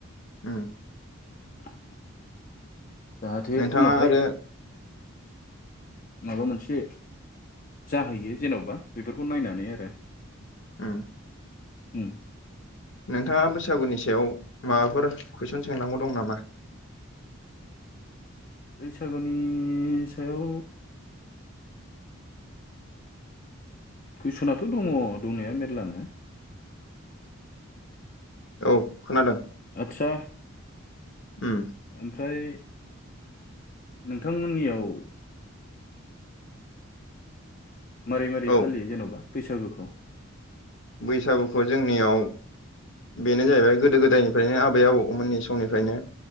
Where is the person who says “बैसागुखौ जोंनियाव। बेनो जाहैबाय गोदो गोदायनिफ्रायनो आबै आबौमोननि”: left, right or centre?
Left